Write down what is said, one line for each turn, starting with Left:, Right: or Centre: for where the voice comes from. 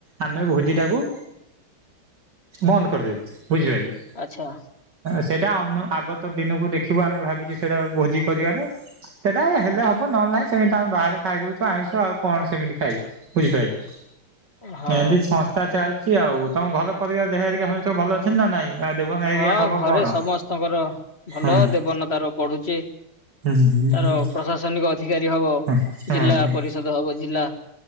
Right: ଆମେ ଭୋଜି ଟାକୁ ବନ୍ଦ କରିଦେଲୁ ବୁଝିପାଇଲେ।
Left: ଆଚ୍ଛା।
Right: ସେଇଟା ଅନ ଆଗତ ଦିନକୁ ଦେଖିବୁ ଆମେ ଭାବିଛୁ ସେଇଟା ଭୋଜି କରିବାରେ ସେଟା ହେଲେ ହବ ନହେଲେ ନାଇଁ ସେମିତି ଆମେ ବାହାରେ ଖାଇଦଉଛୁ ଆଇଁଷ ଆଉ କଣ ସେମିତି ଖାଇବୁ। ବୁଝିପାଇଲେ।
Left: ହଁ
Right: ଏମିତି ସଂସ୍ଥା ଚାଲିଛି ଆଉ ତମ ଘର ପରିବାର ଦେହ ଘରିଆ ସବୁ ଭଲ ଅଛନ୍ତି ନା ନାଇଁ ଆଉ ଦେବନା ହେରିକା
Left: ହଁ
Right: ଖବର
Left: ଘରେ
Right: କଣ?
Left: ସମସ୍ତଙ୍କର ଭଲ
Right: ହୁଁ
Left: ଦେବନ ତାର ପଢୁଛି।
Right: ହୁଁ ହୁଁ
Left: ତାର
Right: ହୁଁ
Left: ପ୍ରଶାସନିକ ଅଧିକାରୀ ହବ
Right: ହୁଁ ହୁଁ
Left: ଜିଲ୍ଲା
Right: ହୁଁ
Left: ପରିଷଦ ହବ ଜିଲ୍ଲା